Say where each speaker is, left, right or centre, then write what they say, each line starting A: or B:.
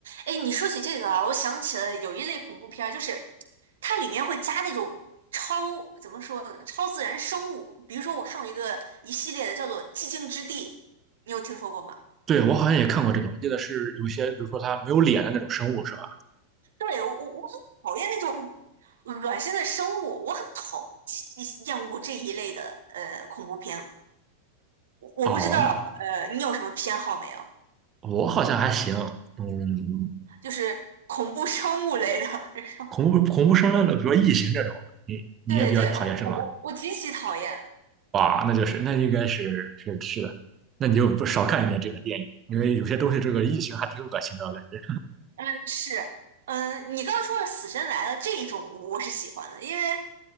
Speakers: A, on the right; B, on the right.
A: 哎，你说起这个啊，我想起了有一类恐怖片儿，就是它里面会加那种超，怎么说呢，超自然生物。比如说，我看过一个一系列的叫做《寂静之地》，你有听说过吗？
B: 对，我好像也看过这个，我记得是有些，比如说他没有脸的那种生物，是吧？
A: 对，我我我很讨厌那种恶心的生物，我很讨极其厌恶这一类的呃恐怖片。我不知道呃你有什么偏好没有？
B: 哦，那我好像还行，嗯，
A: 就是恐怖生物类的，<laughs> 这种。
B: 恐怖恐怖生论的，比如说异形这种，你你也比较讨厌是吗？
A: 对对，我我我我极其讨厌。
B: 哇，那就是那应该是是是的，那你就不少看一点这个电影，因为有些东西这个异形还挺恶心的，我感觉。
A: 嗯，是，嗯，你刚刚说的《死神来了》这一种，我是喜欢的，因为，